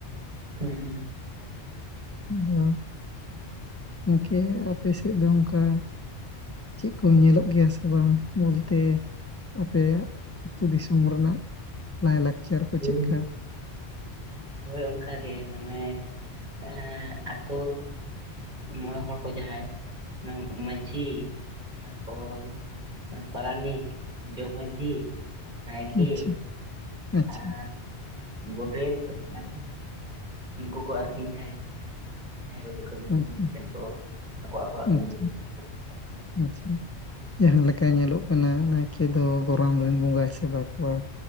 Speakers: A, on the right (about 45°); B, on the left (about 20°).
A: ᱦᱩᱸ ᱦᱩᱸ
B: ᱦ <inaudible> ᱜᱚᱝᱠᱮ ᱟᱯᱮ ᱥᱮᱫ ᱫᱚ ᱚᱱᱠᱟ ᱪᱮᱫ ᱠᱚ ᱧᱮᱞᱚᱜ ᱜᱮᱭᱟ ᱥᱮ ᱵᱟᱝ ᱵᱚᱞᱛᱮ ᱟᱯᱮᱭᱟᱜ ᱟᱹᱛᱩ ᱫᱤᱥᱚᱢ ᱨᱮᱱᱟᱜ ᱞᱟᱭᱼᱞᱟᱠᱪᱟᱨ ᱠᱚ
A: ᱦᱳᱭ
B: ᱪᱮᱫᱠᱟ
A: ᱦᱳᱭ ᱚᱱᱠᱟ ᱜᱮ ᱢᱟᱱᱮ ᱮᱜ ᱟᱛᱳ ᱢᱚᱬᱮ ᱦᱚᱲ ᱠᱚ ᱡᱟᱦᱟᱸᱭ ᱢᱟᱺᱡᱷᱤ ᱛᱟᱨᱯᱚᱨ ᱯᱟᱨᱟᱱᱤᱠ ᱡᱚᱜᱽ ᱢᱟᱺᱡᱷᱤ ᱱᱟᱭᱠᱮ
B: ᱟᱪᱪᱷᱟ ᱟᱪᱪᱷᱟ
A: ᱟᱨ ᱜᱚᱰᱮᱛ ᱟᱨ ᱩᱱᱠᱩ ᱠᱚ ᱟᱨᱠᱤ ᱡᱟᱦᱟᱸ ᱠᱚ ᱡᱟᱦᱟᱸ <inaudible> ᱠᱟᱹᱢᱤ ᱠᱟᱹᱢᱤ
B: ᱟᱪᱪᱷᱟ
A: ᱛᱮ ᱠᱚ ᱟᱠᱚ ᱟᱠᱚᱣᱟᱜ ᱠᱟᱹᱢᱤ
B: ᱟᱪᱪᱷᱟ
A: ᱛᱮ <inaudible>
B: ᱟᱪᱪᱷᱟ ᱡᱟᱦᱟᱸ ᱞᱮᱠᱟ ᱧᱮᱞᱚᱜ ᱠᱟᱱᱟ ᱱᱟᱭᱠᱮ ᱫᱚ ᱜᱚᱨᱚᱢ ᱨᱮᱱ ᱵᱚᱸᱜᱟᱭ ᱥᱮᱵᱟ ᱠᱚᱣᱟ